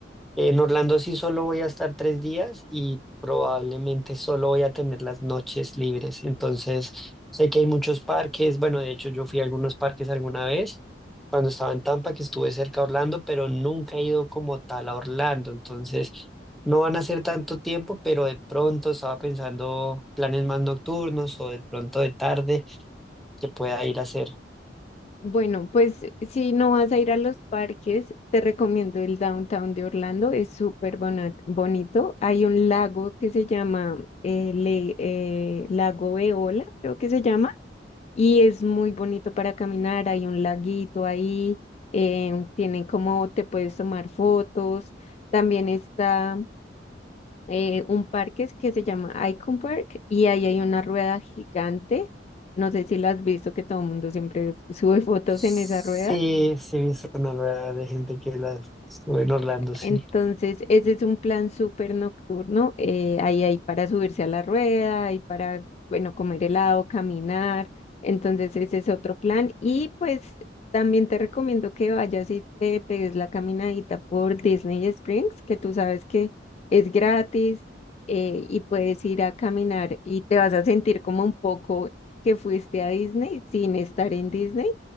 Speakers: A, in the centre; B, on the left.
A: Eh, En Orlando sí solo voy a estar tres días y probablemente solo voy a tener las noches libres. Entonces, sé que hay muchos parques. Bueno, de hecho, yo fui a algunos parques alguna vez cuando estaba en Tampa, que estuve cerca de Orlando, pero nunca he ido como tal a Orlando. Entonces, no van a ser tanto tiempo, pero de pronto estaba pensando planes más nocturnos o de pronto de tarde que pueda ir a hacer.
B: Bueno, pues si no vas a ir a los parques, te recomiendo el downtown de Orlando, es súper bona- bonito. Hay un lago que se llama eh, Le- eh, Lago Eola, creo que se llama, y es muy bonito para caminar. Hay un laguito ahí, em, tienen como te puedes tomar fotos. También está eh, un parque que se llama Icon Park y ahí hay una rueda gigante. No sé si la has visto, que todo el mundo siempre sube fotos
A: Sí,
B: en esa rueda
A: sí, he visto una rueda de gente que la estuve en Orlando, sí.
B: Entonces, ese es un plan súper nocturno. eh, ahí hay para subirse a la rueda, hay para, bueno, comer helado, caminar. Entonces, ese es otro plan. Y pues también te recomiendo que vayas y te pegues la caminadita por Disney Springs, que tú sabes que es gratis eh, y puedes ir a caminar y te vas a sentir como un poco que fuiste a Disney sin estar en Disney